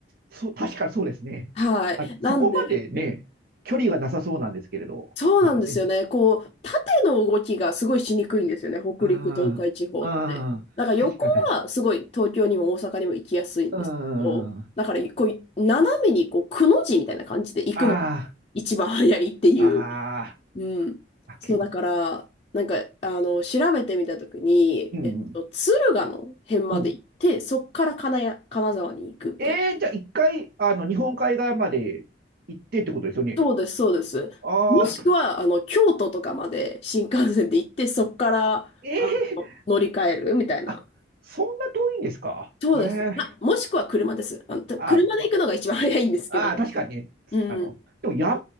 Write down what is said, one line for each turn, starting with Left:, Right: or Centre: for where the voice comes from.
Right: そう、確かそうですね。
Left: はい。
Right: あ、
Left: なんで、
Right: そこまでね、距離がなさそうなんですけれど。
Left: そうなんですよね。
Right: ですね
Left: こう、縦の動きがすごいしにくいんですよね。北陸、
Right: ああ、
Left: 東海地方って。
Right: ああ、
Left: だから横はすごい東京にも大阪にも行きやすいんですけど、
Right: 確か確かに。うん。あ
Left: だからこう、斜めにこう、くの字みたいな感じで行くのが
Right: あ、
Left: 一番早いっていう。
Right: ああ、
Left: うん。
Right: あ、結構。
Left: そう、だから、なんか、あの、調べてみたときに、
Right: うん。
Left: えっと、敦賀の辺まで行って、
Right: うん。
Left: そっから金谷、金沢に行くみたいな。
Right: えー、じゃあ一回、あの、日本海側まで行ってってことですよね。
Left: そうです、そうです。
Right: ああ、
Left: もしくは、あの、京都とかまで新幹線で行って、そこから、
Right: ええ
Left: あの、乗り換えるみたいな。
Right: あ、そんな遠いんですか。
Left: そうです。
Right: ええ
Left: あ、もしくは車です。あの、た車で行くのが一番早いんですけど。
Right: あま、ああー、確かにね。
Left: うん。
Right: あの、でも山